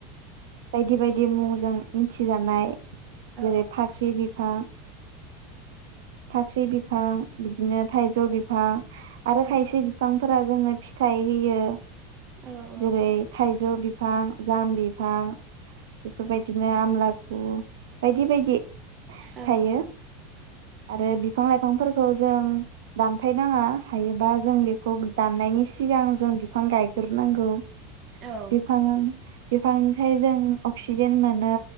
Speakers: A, on the right; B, on the right.
A: बायदि बायदि मुंजों मिथिजानाय
B: औ
A: जेरै फाख्रि बिफां फाख्रि बिफां बिदिनो थाइजौ बिफां आरो
B: औ
A: खायसे बिफां फोरा जोंनो फिथाइ होयो।
B: औ औ
A: जेरै थाइजौ बिफां जाम बिफां बेफोरबायदिनो आमलागु बायदि बायदि
B: औ
A: थायो। आरो बि फां लाइफांफोरखौ जों दानफायनाङा हायोबा जों बेखौ दाननायनि सिगां जों बिफां गायगोर नांगौ।
B: औ
A: बिफां आं बिफांनिफाय जों अक्सिजेन मोनो